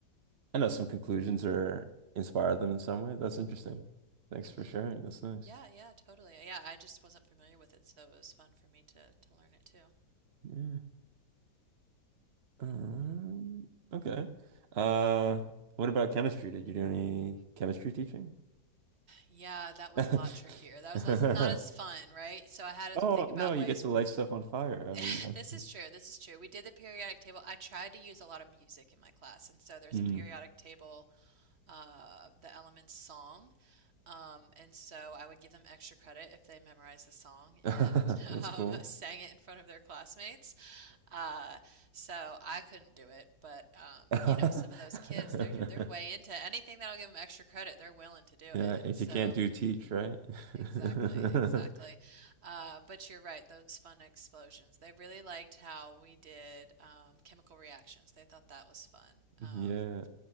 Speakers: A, on the right; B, on the right.
A: I know some conclusions are inspire them in some way. That's interesting. Thanks
B: hmm
A: for sharing. That's nice.
B: yeah yeah totally yeah I just wasn't familiar with it so it was fun for me to to learn it too
A: Yeah. Um, okay. Uh, what about chemistry? Did you do any chemistry teaching?
B: yeah that was
A: <laughs>
B: a lot trickier that was less- not as fun right so I had to
A: Oh,
B: think about
A: no, you
B: ways
A: get to light stuff on fire. I
B: <laughs>
A: mean, that's
B: This is true. This is true. We did the periodic table. I tried to use a lot of music in my class, and so there's
A: Mm.
B: a periodic table uh, the elements song. Um, and so I would give them extra credit if they memorized the song and
A: <laughs> That's
B: <laughs> um,
A: cool.
B: sang it in front of their classmates. Uh, so I couldn't do it, but um,
A: <laughs>
B: you know, some of those kids, they're they're way into anything that'll give them extra credit. They're willing to do
A: Yeah,
B: it, and
A: if
B: so.
A: you can't do teach, right?
B: Exactly,
A: <laughs>
B: exactly. Uh, but you're right, those fun explosions. They really liked how we did um, chemical reactions. They thought that was fun. Um,
A: Yeah.